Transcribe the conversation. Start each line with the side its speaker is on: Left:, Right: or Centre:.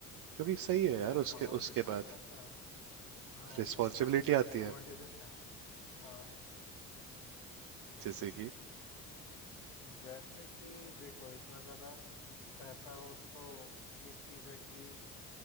Right: क्योंकि सही है यार
Left: यार
Right: उसके
Left: पावर
Right: उसके
Left: के साथ
Right: बाद
Left: साथ ना हाँ
Right: रिस्पॉन्सिबिलिटी
Left: उनकी डिसएडवांटेजेस
Right: आती है
Left: हैं हाँ
Right: जैसे कि
Left: जैसे कि देखो इतना ज़्यादा पैसा हो तो एक चीज़ है कि